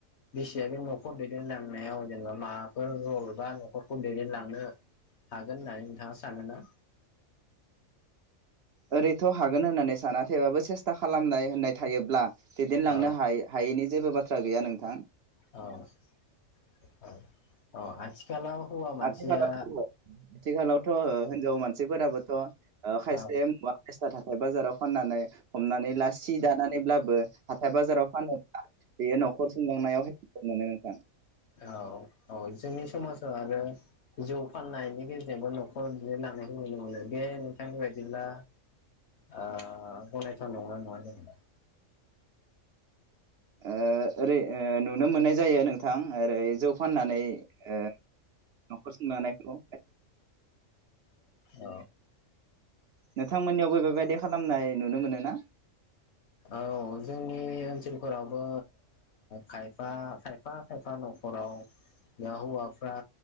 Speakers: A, on the left (about 55°); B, on the right (about 60°).
A: बिसिया बे न'खर दैदेनलांनायाव जेनेबा माबाफोर रल बा न'खरखौ दैदेनलांनो हागोन होननानै नोंथाङा सानोना
B: ओरैथ' हागोन होननानै सानाखैबाबो सेस्था खालामनाय होननाय थायोब्ला दैदेनलांनो
A: औ
B: हा हायैनि जेबो बाथ्रा गैया नोंथां
A: औ औ औ आथि आथिखालाव हौवा मानसिया
B: आथिखालाव आथिखालावथ' हिनजाव मानसिफोराबोथ' ओ खायसे
A: औ
B: मुवा बेसाद हाथाय बाजाराव फाननानै हमनानै ला सि दानानै ब्लाबो हाथाय बाजाराव फानोब्ला बेयो न'खर सुंलांनायावहाय मोनो नोंथां
A: औ औ जोंनि समाजाव आरो जौ फाननायनि गेजेरजोंबो न'खर बिदि लांनायखौ नुनो मोनो बे नोंथांनि बायदिब्ला ओ गनायथाव नगौना नङा जेनेबा
B: ओ ओरै नुनो मोननाय जायो नोंथां ओरै जौ फाननानै ओ न'खर सुंलांनायखौ <unintelligible> ओ
A: औ
B: नोंथांमोननियाव बे बेबायदि खालामनाय नुनो मोनो ना
A: औ जोंनि ओनसोलफोरावबो खायफा खायफा खायफा न'खराव दा हौवाफ्रा